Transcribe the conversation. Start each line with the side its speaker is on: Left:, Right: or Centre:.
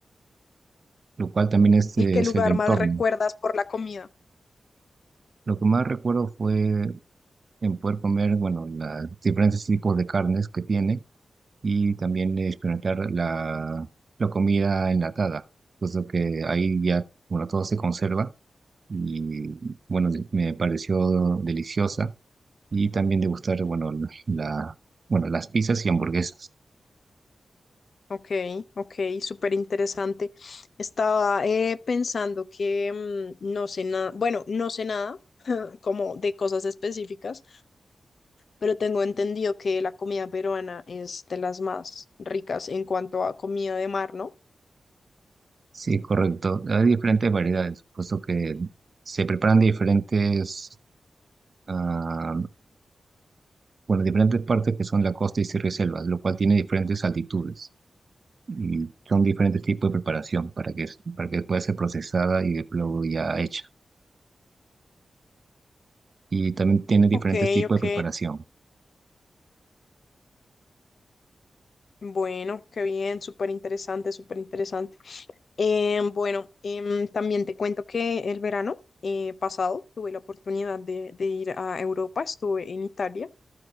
Right: lo cual también este
Left: ¿Y qué
Right: es
Left: lugar
Right: el entorno.
Left: más recuerdas por la comida?
Right: Lo que más recuerdo fue en poder comer, bueno, los diferentes tipos de carnes que tiene y también experimentar la, la comida enlatada, puesto que ahí ya, bueno, todo se conserva y, bueno, me pareció deliciosa y también degustar, bueno, la, bueno, las pizzas y hamburguesas.
Left: Ok, ok, súper interesante. Estaba eh, pensando que mm, no sé nada, bueno, no sé nada <laughs> como de cosas específicas, pero tengo entendido que la comida peruana es de las más ricas en cuanto a comida de mar, ¿no?
Right: Sí, correcto. Hay diferentes variedades, puesto que se preparan de diferentes ah, por las diferentes partes que son la costa y sierra y selvas, lo cual tiene diferentes altitudes y son diferentes tipos de preparación para que, para que pueda ser procesada y de luego ya hecha. Y también tiene diferentes
Left: Ok,
Right: tipos
Left: ok.
Right: de preparación.
Left: Bueno, qué bien, súper interesante, súper interesante. Eh, bueno, em, también te cuento que el verano eh, pasado tuve la oportunidad de, de ir a Europa, estuve en Italia.